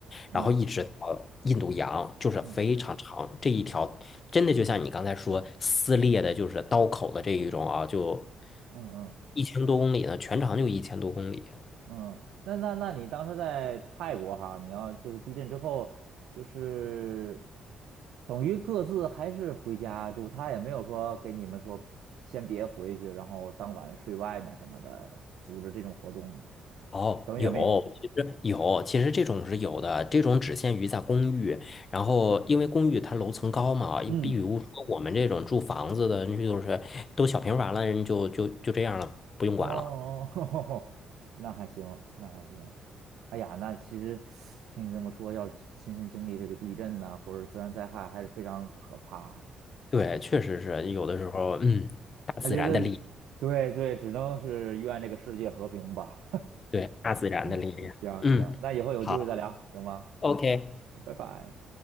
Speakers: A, on the right; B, on the left.
A: 嗯
B: 然后一直到印度洋，就是非常长这一条，
A: 嗯
B: 真的就像你刚才说撕裂的，就是刀口的这一种啊，就
A: 嗯嗯嗯
B: 一千多公里呢，全长就一千多公里。
A: 嗯，那那那你当时在泰国哈，你要就是地震之后，就是等于各自还是回家住，他也没有说给你们说先别回去，然后当晚睡外面什么的，组织这种活动，
B: 哦，
A: 等于也没有。
B: 有，其实有，其实这种是有的，这种只限于在公寓。然后，因为公寓它楼层高嘛，
A: 嗯，
B: 比如说我们这种住房子的，就是都小平房了，人就就就这样了，不用管了。
A: 哦，<laughs> 哦那还行，那还行。哎呀，那其实听你这么说，要是亲身经历这个地震呐、或者自然灾害，还是非常可怕的。
B: 对，确实是有的时候，嗯，大自然的力，
A: 那就是对对，只能是愿这个世界和平吧。
B: 对，大自然的力量。
A: <laughs> 行行，
B: 嗯，
A: 那以后有机会再聊，
B: 好
A: 行吗？
B: ，OK。
A: 好，拜拜。